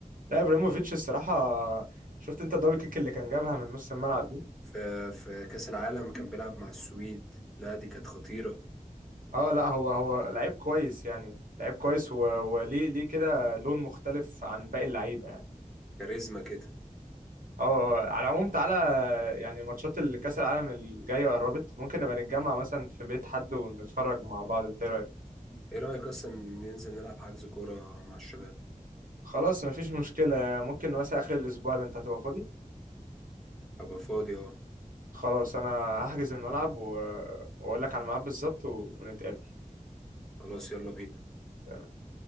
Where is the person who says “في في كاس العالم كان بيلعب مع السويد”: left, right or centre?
Centre